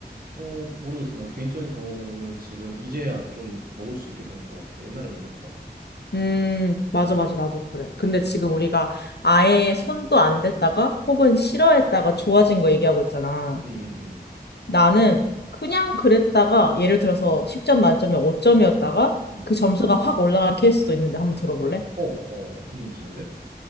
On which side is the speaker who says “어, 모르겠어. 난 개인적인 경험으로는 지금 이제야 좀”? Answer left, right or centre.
Right